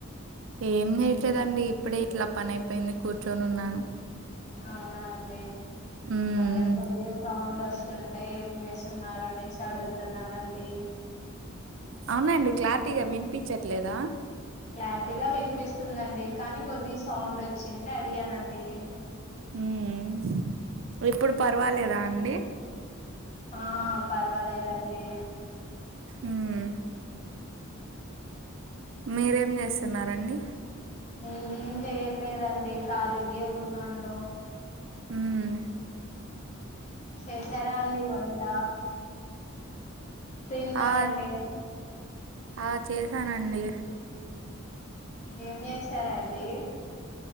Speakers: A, on the right; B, on the left.
A: ఏం జేయట్లేదండి ఇప్పుడే ఇట్లా పని అయిపోయింది కూర్చొని ఉన్నాను
B: అవునా అండి
A: మ్మ్
B: అదే కొద్దిగా సౌండ్లు వస్తుంటే ఏం జేస్తున్నారు అనేసి అడుగుతున్నానండి
A: అవునా అండి క్లారిటీగా వినిపించట్లేదా
B: క్లారిటీగా వినిపిస్తుందండి కానీ కొద్ది సౌండ్ వచ్చింటే అడిగానండి
A: ఉమ్ ఇప్పుడు పర్వాలేదా అండి
B: ఆ పర్వాలేదండి
A: ఉమ్ మీరేం జేస్తున్నారండి
B: నేనేం చేయట్లేదండి ఖాళీగే ఉన్నాను
A: మ్మ్
B: చేశారా అండి వంట తిన్నానండి
A: ఆ ఆ చేశానండి
B: ఉమ్ ఏం చేశారండి